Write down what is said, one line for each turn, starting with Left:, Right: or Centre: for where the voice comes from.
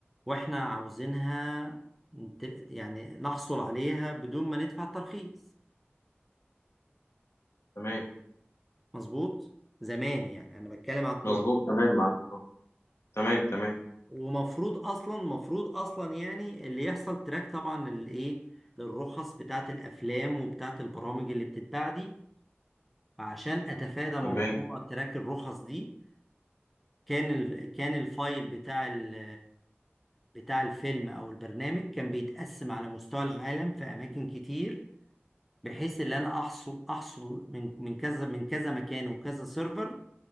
Centre: واحنا عاوزينها نت- يعني نحصل عليها بدون ما ندفع ترخيص
Left: تمام
Centre: مظبوط زمان يعني انا بتكلم على التورنت
Left: مظبوط تمام معاك آه. تمام تمام
Centre: ومفروض اصلا مفروض اصلا يعني اللي يحصل تراك طبعا للايه للرخص بتاعت الافلام وبتاعت البرامج اللي بتتباع دي فعشان اتفادى موضوع
Left: تمام
Centre: تراك الرخص دي كان ال... كان الفايل بتاع ال... بتاع الفيلم او البرنامج كان بيتقسم على مستوى العالم في اماكن كتير بحيث ان انا احصل احصل من من كذا من كذا مكان وكذا سيرفر